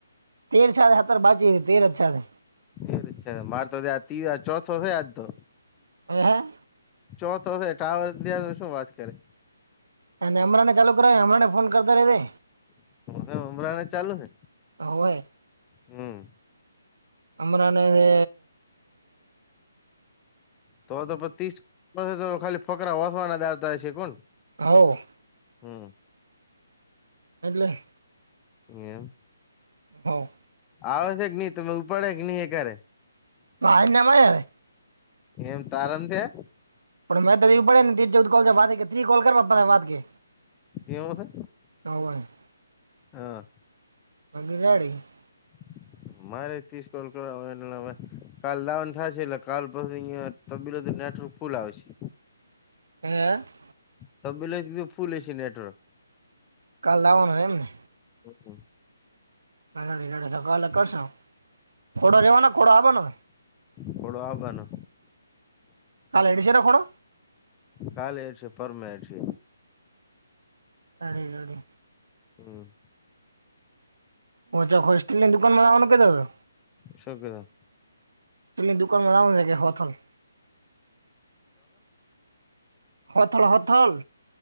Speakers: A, on the right; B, on the left.
A: તેર છા હતર બાકી તર અછા થે.
B: એ ર છે મારે તો તજ ચોથો થાય આજ તો.
A: ઓહા.
B: ચોથો હ ટાવર દ તો શું વાત કરે.
A: અને હમરાંને ચાલુ કરાયું હમરાંને ફોન કરતા રે.
B: હ ઉમરાને ચાલુ છે
A: હોય
B: હમ્મ.
A: અમરા અને અને
B: તો તો પીસ તો ખાલી ફોકરા ઓસવાના જ આવતા હો છે કોણ.
A: હઓ.
B: હમ્મ.
A: એટલે.
B: એમ.
A: હઑ.
B: આવ છેે જ નઈ તમે ઉપાડે કે નઈ હે કરે.
A: ભાણેજ ને મળ્યા
B: એમ તારમ છેે
A: પણ મેં તો એવું પડેને ત તે ચૌદ કોલ વાળે ત્રી કોલ કરવા વાત કે.
B: એવું છે
A: બાકી
B: હા.
A: નક ગાડી <unintelligible>
B: <inaudible> મારે ત્રીસ કોલ કરવા એટલે કાલ ડાઉન થાય છે એટલે કાલ પછી અયા. તો બુરોતી નેટવર્ક ફુલ આવે છે.
A: હ <unintelligible>
B: તબેલે તોથી ફુલ હસે નેટવર્ક
A: કાલ આવવાનું એમ ને
B: હમ્મ હમ્મ.
A: <unintelligible> કાલે કરશ ખોડો રેવાનો ખોડો આવવાનો
B: ખોડો આવબાનો
A: કાલે ડીસે રે ખોડો
B: કાલે હેડસે પરમા હેડસે
A: તડે ગડે
B: હમ્મ.
A: ઓ ચો હોસ્ટલની દુકાનમાં આવવાનો કેતો હતો
B: શું કેતા
A: <unintelligible> દુકાનમાં આવવાનું ને કે હોથન હથલ હથલ